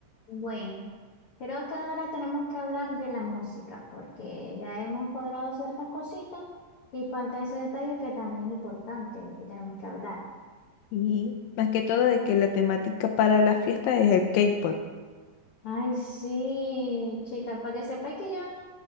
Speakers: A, on the left; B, on the left.
A: Bueno, creo que ahora tenemos que hablar de la música, porque ya hemos cuadrado ciertas cositas y falta ese detalle que también es importante, que tenemos que hablar.
B: Y más que todo de que la temática para la fiesta es el K-pop.
A: Ay, sí, chica, para que sepáis que yo